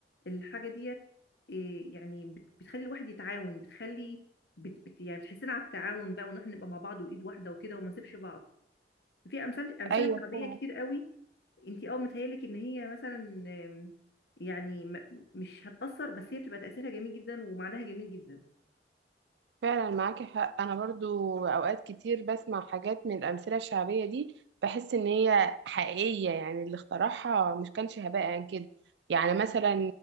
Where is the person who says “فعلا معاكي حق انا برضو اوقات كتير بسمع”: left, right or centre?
Right